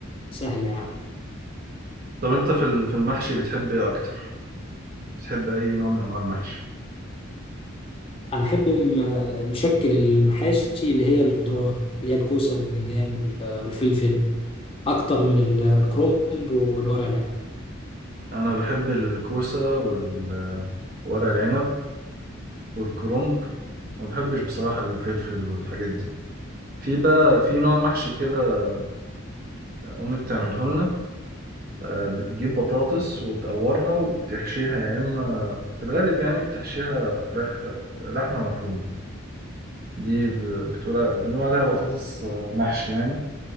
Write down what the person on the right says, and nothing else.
طب أنت في ال- في المحشي بتحب إيه أكتر؟ بتحب أي نوع من أنواع المحشي؟
انا بحب الكوسه والورق العنب والكرنب ما بحبش بصراحه الفلفل والحاجات دي في بقى في نوع محشي كده امي بتعمله لنا آه، بتجيب بطاطس وتقورها وتحشيها يا اما في الغالب يعني بتحشيها فراخ لحمه مفرومه دي ب- بتقول بنقول عليها بطاطس آه، محشي يعني